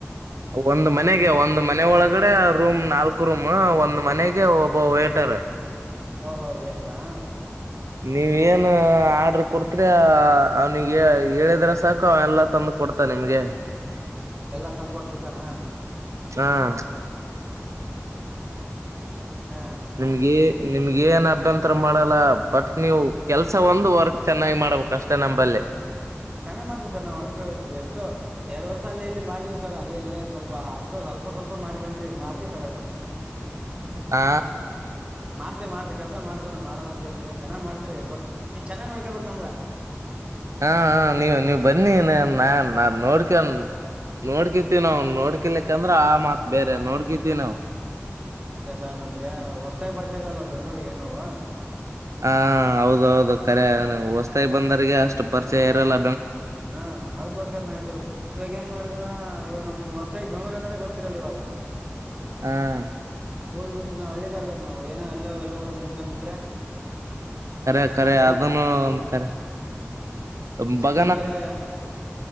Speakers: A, on the right; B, on the right.
A: ಒಂದ್ ಮನೆಗೆ ಒಂದ್ ಮನೆ ಒಳಗಡೆ ರೂಮ್ ನಾಲ್ಕು ರೂಮ್ ಒಂದ್ ಮನೆಗೆ ಒಬ್ಬ ವೇಟರ.
B: ಹೋ ಹೋ ವೆಟ್ರಾ.
A: ನೀವ ಏನು ಆರ್ಡ್ರ ಕುಡ್ತಿರ ಅವ್ನಿಗೆ ಹೇಳಿದ್ರ ಸಾಕು ಎಲ್ಲಾ ತಂದು ಕೊಡ್ತ ನಿಮ್ಗೆ
B: ಎಲ್ಲಾ ತಂದಕೊಟ್ ಬಿಡ್ತಾನ.
A: ಹ
B: ಹಾಂ
A: ನಿಮ್ಗೆ ನಿಮ್ಗೆ ಏನ್ ಅಭ್ಯಂತರ ಮಾಡಲ್ಲ ಬಟ್ ನೀವ್ ಕೆಲ್ಸ ಒಂದು ವರ್ಕ್ ಚೆನ್ನಾಗಿ ಮಾಡ್ಬೇಕ ಅಷ್ಟೇ ನಂಬಲ್ಲಿ.
B: ಚೆನ್ನಾಗ್ ಮಾಡ್ತೇವಿ ಸರ್ ನಾವು ವರ್ಕ್ ಎಷ್ಟು ಎರಡು ವರ್ಷ ಅಲ್ಲಿ ಇಲ್ಲಿ ಮಾಡಿದೇವಿ ಸರ್ ಅಲ್ಲಿ ಇಲ್ಲಿ. ಸ್ವಲ್ಪ ಅಷ್ಟ ಸ್ವಲ್ಪ ಸ್ವಲ್ಪ ಮಾಡಿ ಬಂದಿದೀವಿ ಮಾಡ್ತೀವಿ ತಗೊಳ್ಳಿ ನಾವು.
A: ಹ
B: ಮಾಡ್ತಿವಿ ಮಾಡ್ತಿ ಕೆಲ್ಸ ಮಾಡ್ತವಿ ಮಾಡಲ್ಲ ಅಂತ ಹೇಳತಿಲ್ಲಾ ಚೆನ್ನಾಗಿ ಮಾಡ್ತತಿವಿ ಬಟ್ ನೀ ಚೆನ್ನಾಗ್ ನೋಡ್ಕೇಬೇಕ ನಮ್ಗ. <inaudible>
A: ಹಾ ಹ ನೀವ್ ನೀವು ಬನ್ನಿ ನಾ ನಾನ್ ನೋಡ್ಕೊಂಡ ನೋಡ್ಕತ್ತಿವಿ ನಾವು ನೋಡ್ಕೋಲಿಕ್ಕಂದ್ರ ಆ ಮಾತ್ ಬೇರೆ ನೋಡ್ಕತಿವಿ ನಾವ್.
B: ಇಲ್ಲ ಸರ್ ನಮ್ಗೆ ಹೊಸ್ತಾಗಿ ಬರ್ತಿದಲ್ಲ ಬೆಂಗ್ಗಳೂರಿಗೆ ನಾವು
A: ಹಾ ಹೌದೌದು ಕರೆ ಅಂದ್ರ ಹೊಸ್ತಾಗಿ ಬಂದವರಿಗೆ ಅಷ್ಟು ಪರಿಚಯ ಇರೋಲ್ಲ.
B: ಹಾ ಅದಕೋಸ್ಕರ ನಾ ಹೆಳ್ತಿರೋದು ಇವಾಗ ಏನ್ ಮಾಡಿದನ ಇವಾಗ ನಮ್ಮ್ ಹೊ ಸೈಬ್ ಬೆಂಗಳೂರ ಅನ್ನೋದೇ ಗೊತ್ತಿರಲ್ಲ ಇವಾಗ.
A: ಹ್ಮ್
B: ಹೋಗ ಬಿಟ್ರ ನಾವ್ ಹಳ್ಳಿ ಗಡದನಾವ್ ಏನ ಎಲ್ಲ ಎಲ್ಲ ಹೋಗಿ ನಿಂತ್ಕೊಂಡ್ ಬಿಟ್ರೆ.
A: ಖರೆ ಖರೆ
B: ಆ ರೂಟ್
A: ಅದನ್ನು ಒಂದ ಕರೆ ಅಂಬಕ್
B: ಇನ್ನು ಬೇರೆ